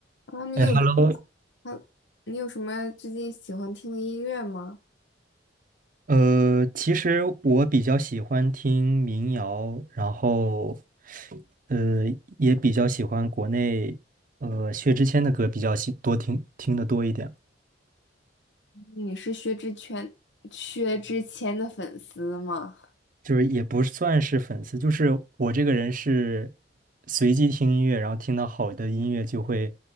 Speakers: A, on the left; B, on the right.
A: 然后你有什
B: 哎，Hello，
A: 么，你有什么最近喜欢听的音乐吗？
B: 呃，其实我比较喜欢听民谣，然后，呃，也比较喜欢国内，呃，薛之谦的歌比较喜多听听的多一点，
A: 你是薛之谦，薛之谦的粉丝吗？
B: 就是也不算是粉丝，就是我这个人是随机听音乐，然后听到好的音乐就会